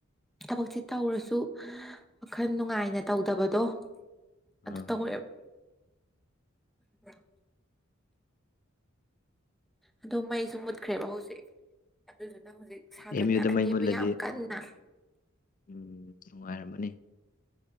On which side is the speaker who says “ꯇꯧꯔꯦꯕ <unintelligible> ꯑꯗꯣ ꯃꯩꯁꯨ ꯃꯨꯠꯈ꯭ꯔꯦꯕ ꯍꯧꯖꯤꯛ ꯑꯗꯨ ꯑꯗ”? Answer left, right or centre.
Centre